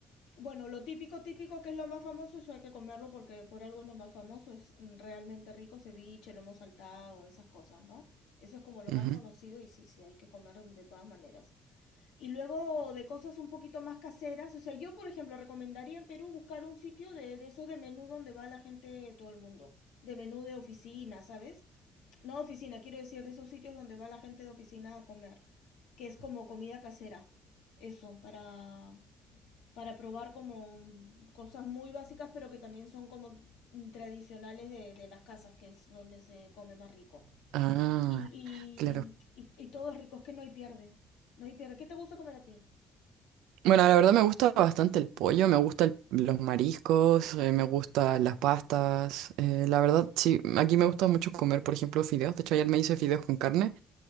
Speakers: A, on the left; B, on the right.
A: Bueno, lo típico, típico que es lo más famoso, eso hay que comerlo porque por algo es lo más famoso, es mm, realmente rico, ceviche, lomo saltado, esas cosas, ¿no? Eso es como lo más
B: Ujú.
A: conocido y sí, sí, hay que comer de todas maneras. Y luego de cosas un poquito más caseras, o sea, yo por ejemplo recomendaría en Perú buscar un sitio de, de esos de menú donde va la gente de todo el mundo, de menú de oficina, ¿sabes? No oficina, quiero decir de esos sitios donde va la gente de oficina a comer, que es como comida casera. Eso, para, para probar como cosas muy básicas, pero que también son como mm, tradicionales de, de las casas, que es donde se come más rico.
B: Ah,
A: Y, y,
B: claro.
A: y, y todo es rico, es que no hay pierde. No hay pierde. ¿Qué te gusta comer a ti?
B: Bueno, la verdad me gusta bastante el pollo, me gustan los mariscos, eh, me gustan las pastas. eh, la verdad, sí, aquí me gusta mucho comer, por ejemplo, fideos. De hecho, ayer me hice fideos con carne.